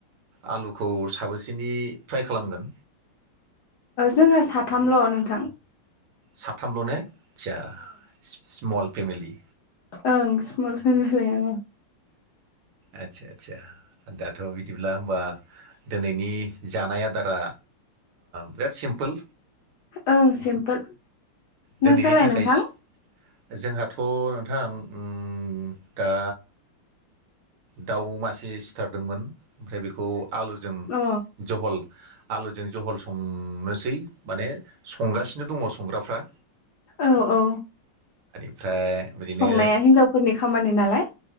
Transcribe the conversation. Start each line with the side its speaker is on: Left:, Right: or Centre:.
Right: आ लुखौ साबोसेनि फ्राय खालामगोन?
Left: जोंहा साथामल' नोंथां।
Right: साथामल' ने च्या स्मल फेमिलि।
Left: औ सिमल फेमिलि औ।
Right: आदसा आदसा। दाथ' बिदिब्ला होमबा दोनैनि जानाय आदारा बिराद सिम पोल।
Left: ओं सिमपोल।
Right: दिनैनि
Left: नोंसालाय
Right: थाखाय
Left: नोंथां?
Right: जोंहाथ' नोंथां उम दा दाउ मासे सिथारदोंमोन ओमफ्राय बेखौ। आलुजों
Left: अ
Right: जहल आलुजों जहल सं संनोसै माने संगासिनो दङ संग्राफ्रा।
Left: औ औ।
Right: ओमफ्राय बिदिनो
Left: संनाया हिनजावफोरनि खामानि नालाय